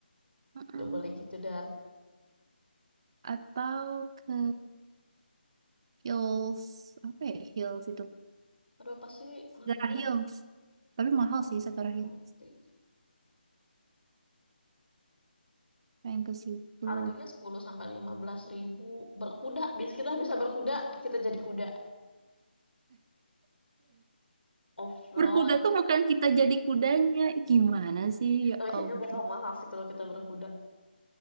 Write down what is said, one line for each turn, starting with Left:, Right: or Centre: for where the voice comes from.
Right: Mm-mm.
Left: Nggak boleh gitu, Dar.
Right: Atau ke Hills. Apa ya Hills itu?
Left: Aduh, apa sih namanya?
Right: Sagara Hills. Tapi mahal
Left: Taman
Right: sih Sagara
Left: Merapi.
Right: Hills. Pengen ke situ.
Left: Harganya sepuluh sampai 15 ribu. Berkuda. Biasa kita bisa berkuda, kita jadi kuda. Off-road.
Right: Berkuda tuh bukan kita jadi kudanya. Gimana sih? Ya
Left: Eh, Kayaknya
Right: ampun.
Left: bakal mahal sih kalau kita berkuda.